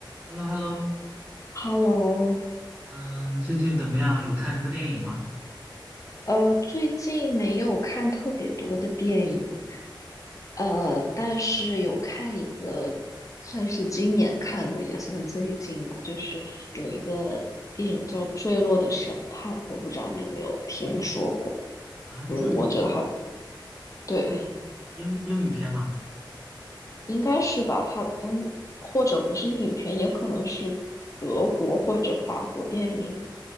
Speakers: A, on the right; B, on the left.
A: h e l l o h e l l o
B: Hello，
A: 嗯，最近怎么样？有看什么电影吗？
B: 呃，最近没有看特别多的电影，呃，但是有看一个，算是今年看的，也算最近吧，就是有一个电影叫《坠落的审判》，我不知道你有没有听说过，
A: 啊，
B: 嗯，
A: 最
B: 我觉得还对。
A: 是英英语片吗？
B: 应该是吧？它嗯，或者不是英语片，也可能是德国或者法国电影。